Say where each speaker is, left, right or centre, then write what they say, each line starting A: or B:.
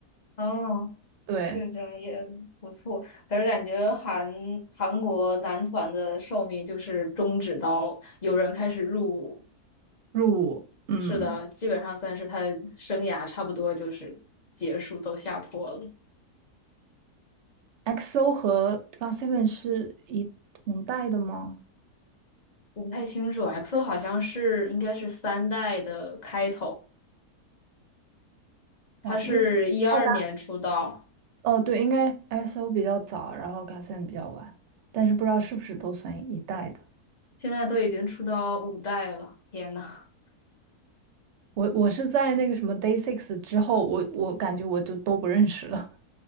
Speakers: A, on the left; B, on the right.
A: 哦，
B: 对，
A: 这种也不错。可是感觉韩韩国男团的寿命就是终止到有人开始入伍，
B: 入伍，嗯。
A: 是的，基本上算是他生涯差不多就是结束走下坡了。
B: XO 和 GOT7 是一同代的吗？
A: 我不太清楚 x o 好像是应该是三代的开头，他是一二年出道，
B: 哇，应二代哦，对，应该 XO 比较早，然后 GOT7 比较晚，但是不知道是不是都算一代的。
A: 现在都已经出到五代了，天呐！
B: 我我是在那个什么 Day Six 之后，我我感觉我就都不认识了。